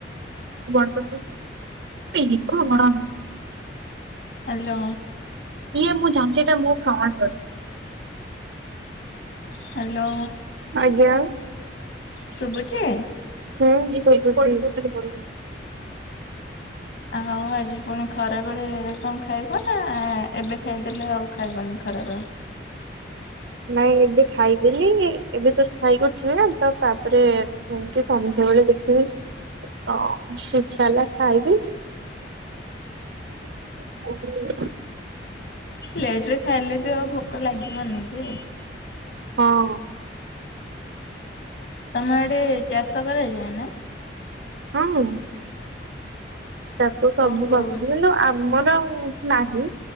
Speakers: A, on the right; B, on the left.
A: ପେପର ଥିଲା
B: ହାଲୋ।
A: ଇଏ ମୁଁ ଜାଣିଛି ଏଟା ମୁଁ ପ୍ରମାଣ କରି
B: ହ୍ୟାଲୋ
A: ଆଜ୍ଞା।
B: ଶୁଭୁଛି?
A: ହୁଁ।
B: ଆଉ ଆଜି ପୁଣି ଖରାବେଳେ କଣ ଖାଇବ ନା ଏବେ ଖାଇଦେଲେ ଆଉ ଖାଇବନି ଖରାବେଳେ?
A: ନାଇଁ ଏବେ ଖାଇଦେଲି ଏବେ ଜଷ୍ଟ ଖାଇକି ଉଠିଲ ନା ତ ତାପରେ ଏମିତି ସନ୍ଧ୍ୟାବେଳେ ଦେଖିବେ ହ ଇଛା ହେଲା ଖାଇବି <inaudible>
B: ଲେଟରେ ଖାଇଲେ ବି ଆଉ ଭୋକ ଲାଗିବନି ଯେ
A: ହଁ।
B: ତମେ ଆଡେ ଚାଷ କରାଯାଏ ନା?
A: ହଁ। ଚାଷ ସବୁ
B: କୋଉ କୋଉ
A: ଫସଲ କିନ୍ତୁ ଆମର ନାହିଁ